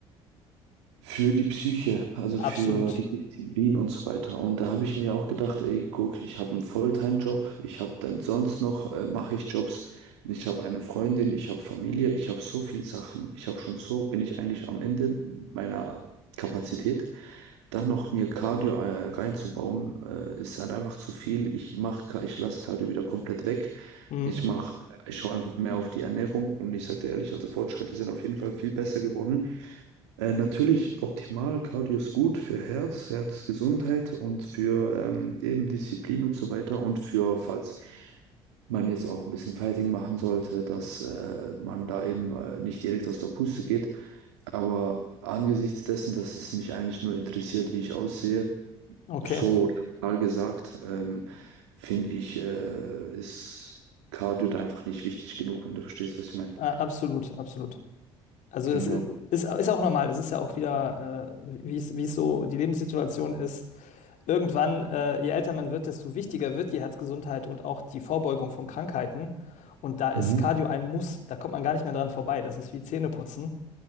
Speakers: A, on the right; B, on the left.
A: für die Psyche, also
B: Absolut.
A: für die Disziplin und so weiter. Und da habe ich mir auch gedacht, ey, guck, ich habe einen Volltime-Job, ich habe dann sonst noch, äh, mache ich Jobs, ich habe eine Freundin, ich habe Familie, ich habe so viel Sachen, ich habe schon so, bin ich eigentlich am Ende meiner Kapazität. Dann noch mir Cardio äh, reinzubauen, äh, ist halt einfach zu viel. Ich mache, ich lasse Cardio wieder komplett weg.
B: Mm,
A: Ich mache, ich schaue einfach mehr auf die Ernährung und ich sage dir ehrlich, also Fortschritte sind auf jeden Fall viel besser geworden. Äh, natürlich optimal, Cardio ist gut für Herz, Herzgesundheit und für ähm, eben Disziplin und so weiter und für, falls man jetzt auch ein bisschen Fighting machen sollte, dass äh, man da eben äh, nicht direkt aus der Puste geht. Aber angesichts dessen, dass es mich eigentlich nur interessiert, wie ich aussehe,
B: okay.
A: so total gesagt, ähm, finde ich, äh, ist Cardio da einfach nicht wichtig genug, wenn du verstehst, was ich meine.
B: Ah, absolut, absolut. Also
A: Genau.
B: es i- ist, ist auch normal, es ist ja auch wieder, äh, wie es, wie es so die Lebenssituation ist. Irgendwann, äh, je älter man wird, desto wichtiger wird die Herzgesundheit und auch die Vorbeugung von Krankheiten. Und da ist
A: Mhm.
B: Cardio ein Muss, da kommt man gar nicht mehr dran vorbei. Das ist wie Zähneputzen.